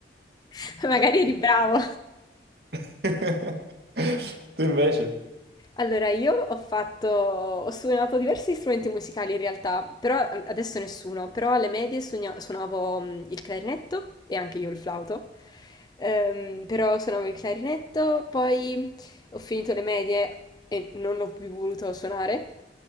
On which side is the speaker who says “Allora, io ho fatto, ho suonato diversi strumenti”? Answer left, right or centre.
Left